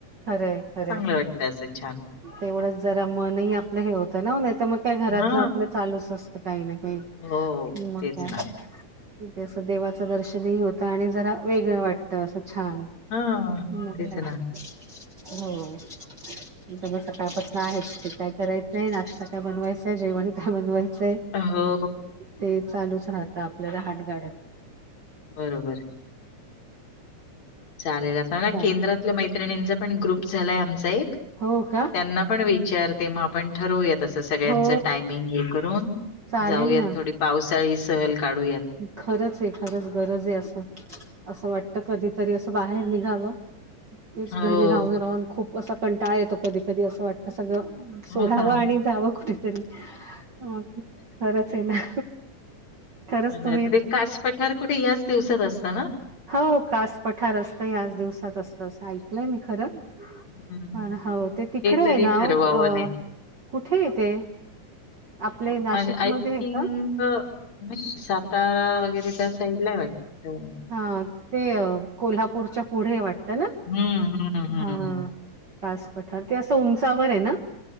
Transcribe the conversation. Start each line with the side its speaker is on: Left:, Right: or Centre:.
Right: खरंय खरंय.
Left: चांगलं वाटतं, असं छान.
Right: तेवढंच जरा मनही आपलं हे होतं ना, नाही तर मग काय घरातलं
Left: हा
Right: आपलं चालूच असतं काही ना काही,
Left: हो
Right: मग
Left: तेच
Right: काय
Left: ना
Right: ते असं देवाचं दर्शनही होतं आणि जरा वेगळं वाटत असं छान.
Left: हा
Right: <unintelligible>
Left: तेच ना
Right: हो. नाहीतर म सकाळपासनं आहेच ते काय करायचंय, नाश्ता काय बनवायचंय, जेवण काय बनवायचंय,
Left: अ हो...
Right: ते चालूच राहतं, आपलं रहाट गाडं
Left: बरोबर चालेल आता ना
Right: चालेल
Left: केंद्रातल्या मै त्रिणींचा पण ग्रुप झालाय आमचा एक,
Right: हो, का..
Left: त्यांना पण विचारते, मग आपण ठरवूयात. तसं सगळ्यांचं
Right: हो
Left: टायमिंग हे करून,
Right: चालेल
Left: जाऊयात थोडी पावसाळी सहल काढूयात.
Right: खरच ए खरंच गरज आहे असं, असं वाटत कधीतरी असं बाहेर निघावं. तेच
Left: हो.
Right: घरी राहून-राहून खूप असा कंटाळा येतो कधी-कधी असं वाट सगळं सोडावं
Left: हो ना.
Right: आणि जावं कुठतरी, खरंच आहे ना. खरंच
Left: नाहीतर
Right: तुम्ही
Left: ते कास पठार कुठे याच दिवसात असतं ना?
Right: हो कास पठार असतं, ह्याच दिवसात असतं, असं ऐकलंय मी खरं.
Left: हं.
Right: पण हो ते तिकडे आहे
Left: तरी
Right: ना
Left: ठरवावं
Right: ओ, अ कुठेय ते? आपले नाशिकमध्ये
Left: माझ्या आय थिंक
Right: आहे का
Left: नाही सातारा वगैरे त्या साईडला हय वाटतं.
Right: हा ते कोल्हापूरच्या पुढेय वाटतं ना?
Left: हं, हं,
Right: हां...
Left: हं.
Right: कास पठार ते असं उंचावर ये ना?